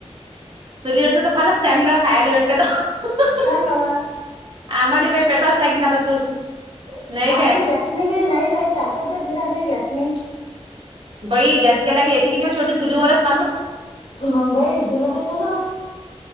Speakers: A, on the right; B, on the left.
A: चुलीवरच तर फारच चांगलं खायेला भेटलं
B: सांगा बा
A: आम्हाले बाई पेटव्हावीच लागेन आता चूल. नाही
B: आमच्याकडं
A: काय
B: गॅस नाही काही नाही लाईट चार, पांच दिवस झाले, आमच्याकड गॅस नाही.
A: बाई गॅस गेला की, येते की नाही शेवटी चुलीवरच माणूस.
B: मंग बाई जुनं ते सोनं.